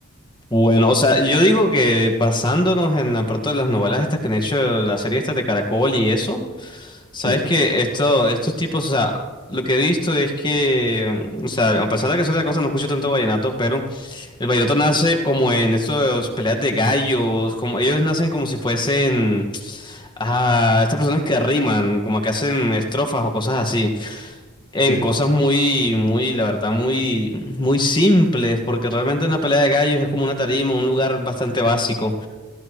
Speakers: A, on the left; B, on the left.
A: bueno, o sea, yo digo que basándonos en la- pronto en las novelas estas que han hecho, la serie estas de Caracol y eso, sabes
B: Sí,
A: que esto, estos tipos, o sea, lo que he visto es que, o sea, a pesar de que soy de la costa, no escucho tanto vallenato, pero el vallenato nace como en esos peleas de gallos, como ellos nacen como si fuesen, ah, estas personas que riman, como que hacen estrofas o cosas así. en
B: sí.
A: cosas
B: <laughs>
A: muy, muy, la verdad, muy, muy simples, porque realmente una pelea de gallos es como una tarima, un lugar bastante básico.